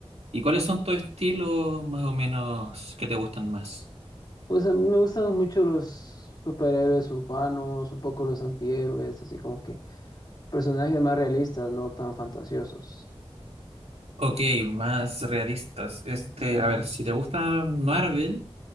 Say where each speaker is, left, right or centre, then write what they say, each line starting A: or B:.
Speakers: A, on the right (about 85°); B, on the left (about 40°).
A: ¿Y cuáles son tus estilos más o menos que te gustan más?
B: Pues a mí me gustan mucho los superhéroes urbanos, un poco los antihéroes, así como que personajes más realistas, no tan fantasiosos.
A: Ok, más realistas. Este, a ver, si te gusta Marvel,